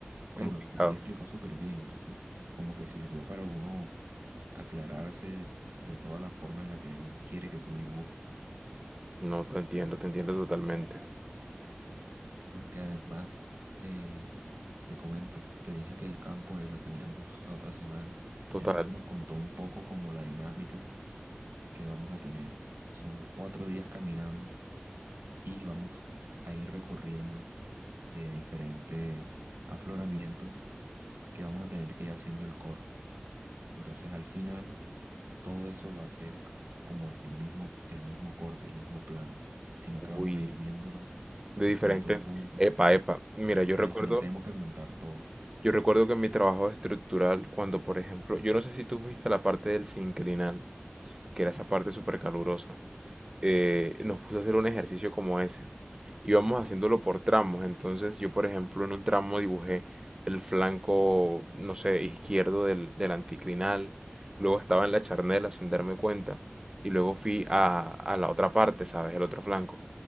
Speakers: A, on the right (about 20°); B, on the right (about 65°).
A: complicado.
B: Pero él explicó súper bien, entonces como que sirvió para uno aclararse de toda la forma en la que él quiere que tú dibujes.
A: No, te entiendo, te entiendo totalmente.
B: Porque además, eh, Te comento, te dije que el campo eh, lo teníamos la otra semana,
A: Total.
B: entonces nos contó un poco como la dinámica que vamos a tener. Son cuatro días caminando y vamos a ir recorriendo eh, diferentes afloramientos que vamos a tener que ir haciendo el corte. Entonces al final todo eso va a ser c- como el mismo, el mismo corte, el mismo plano, sino
A: Uy,
B: que vamos a ir viéndolo
A: de
B: de
A: diferentes.
B: punto en punto
A: Epa, epa. Mira, yo
B: y
A: recuerdo,
B: al final tenemos que juntar todo.
A: yo recuerdo que en mi trabajo estructural, cuando por ejemplo, yo no sé si tú fuiste a la parte del sinclinal, que era esa parte súper calurosa, eh, nos puso a hacer un ejercicio como ese. Íbamos haciéndolo por tramos, entonces yo, por ejemplo, en un tramo dibujé el flanco, no sé, izquierdo del, del anticlinal, luego estaba en la charnela sin darme cuenta, y luego fui a, a la otra parte, ¿sabes? El otro flanco.